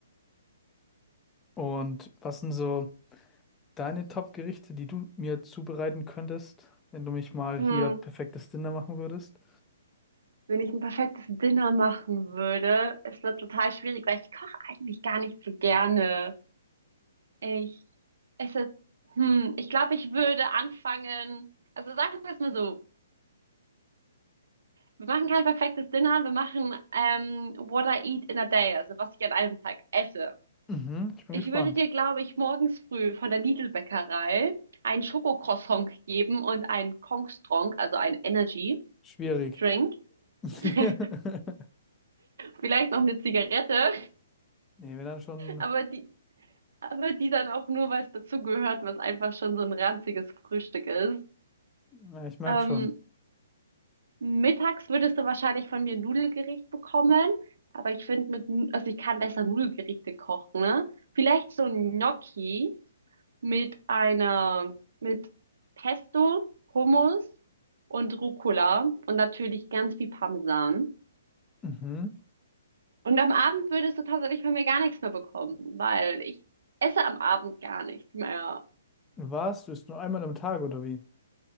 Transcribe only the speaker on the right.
Hm.
Wenn ich ein perfektes Dinner machen würde, es wird total schwierig, weil ich koche eigentlich gar nicht so gerne. Ich, es ist, hm, ich glaube, ich würde anfangen. Also sagen wir es mal so. Wir machen kein perfektes Dinner, wir machen ähm, what I eat in a day, also was ich an einem Tag esse.
Ich
würde dir, glaube ich, morgens früh von der Lidl-Bäckerei ein Schokocroissant geben und einen Kongstrong, also ein Energy
Drink.
<laughs> Vielleicht noch eine Zigarette,
aber die, aber die dann auch nur, weil es dazugehört, was einfach schon so ein ranziges Frühstück ist.
Ähm,
Mittags würdest du wahrscheinlich von mir ein Nudelgericht bekommen, aber ich finde mit, Nu- also ich kann besser Nudelgerichte kochen, ne? Vielleicht so ein Gnocchi mit einer, mit Pesto, Hummus und Rucola und natürlich ganz viel Parmesan.
Und am Abend würdest du tatsächlich von mir gar nichts mehr bekommen, weil ich esse am Abend gar nichts mehr.